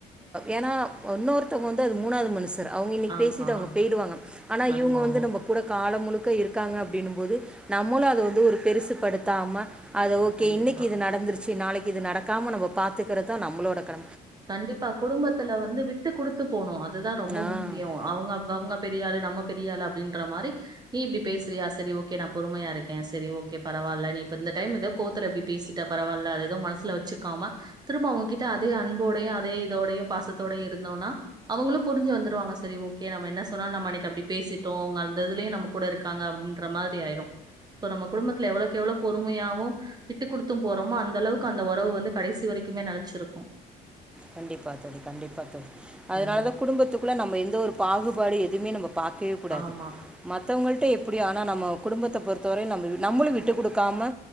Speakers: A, in the centre; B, on the right (about 25°).
A: ஏன்னா வுன்னொருத்தவங்க வந்து அது மூணாவது மனுசங் சரு அவுங்க இன்னைக்கு
B: ஆமா.
A: பேசிட்டு அவுங்க போய்டுவாங்க ஆனா
B: ஆமாமா.
A: இவுங்க வந்து நம்ம கூட காலம் முழுக்க க இருக்காங்க அப்டின்னும்போது நம்மளும் அத வந்து ஒரு பெருசு படுத்தாம அது ஓக்கே
B: கண்டிப்பா.
A: இன்னைக்கு இது நடந்துரு சி நாளைக்கு இது நடக்காம நம்ம பாத்துக்கறது நம்ளோட கட
B: கண்டிப்பா குடும்பத்துல வந்து வி ட்டு கொடுத்து போனும் அதுதான் ரொம்ப
A: ஆ
B: முக்கியம் அவுங்க அவுங்க பெரியாலு நம்ம பெரி ரியாளு அப்படின்ற மாதி நீ இப்படி பேசுறியா சரி ஓகே நான் பொறுமையா இருக்கேன் சரி ஓகே பரவாயில்ல நீ இப்ப இந்த டைம் ஏதோ கோத்துல இப்படி பேசிட்ட பரவாயில்ல அது எதோ மனசுல வச்சுக்காம திரும்ப அவுங்ககிட்டா அதே அன்போ டையும் அதே இதோடயையும் பாசத்தோடயும் இருந்தோம்னா அவுங்களும் புரிஞ்சு வந்துருவாங்க சரி ஓ ஓகே நம்ம என்ன சொன்னாலும் நமன்னைக்கு அப்படி பேசிட்டோம் கள் டதுலயும் நம்ம கூட இருக்கா அப்படின்னு மாதிரி ஆயிரும் சோ நம குடும்த்துலவ்ளவு எவ்ளவு பொறுமையாவு விட்டுக் குடுத்தும் போறோமோ அந்த அளவுக்கு அந்த ஒறவு வந்து கடசி வரைக்குமே நெலச்சிருக்கு
A: கண்டிப்பா தோழி கண்டிப்பா தோழி அதனாலதா
B: கண்டிப்பா.
A: குடும்பத்துக்குள்ள நம்ம எந்த ஒரு பாகுபாடு துமே நம்ம பாக்கவே கூடாது
B: ஆமா,
A: மத்தவங்கள்ட்ட எப் அப்டி ஆனா நம்ம குடும்பத்த பொறுத்தவரையு நம்ப நம்பளு விட்டுக் குடுக்காம